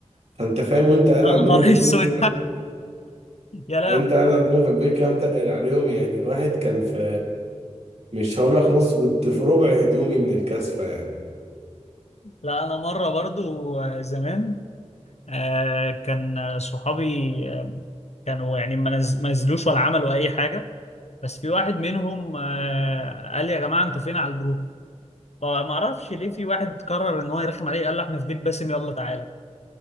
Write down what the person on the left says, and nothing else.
انا مره
<laughs> اسود
يا لا
لا انا مره برضو آه، زمان آه، كان آه، صحابي آه، كانوا يعني ما نز- ما نزلوش ولا عملوا اي حاجه بس في واحد منهم آه، قال لي يا جماعه انتوا فين على الجروب فما اعرفش ليه في واحد قرر ان هو يرخم عليه قال له احنا في بيت باسم يلا تعالى